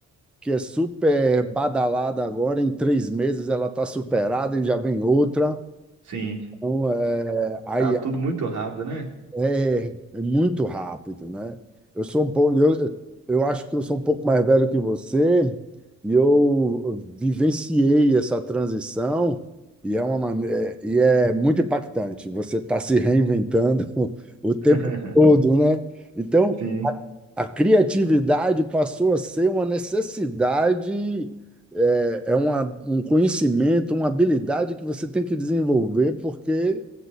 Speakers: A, in the centre; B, on the right (about 75°).
A: que é super badalada agora, em três meses ela está superada e já vem outra.
B: Sim,
A: Então, é, aí,
B: tá tudo muito rápido, né?
A: é, é muito rápido, né? Eu sou um pouco, eu, eu acho que eu sou um pouco mais velho que você e eu vivenciei essa transição e é uma maneira, e é muito impactante. Você está se reinventando <laughs> o tempo
B: <laughs>
A: todo, né? Então,
B: Sim,
A: a criatividade passou a ser uma necessidade, é, é uma, um conhecimento, uma habilidade que você tem que desenvolver porque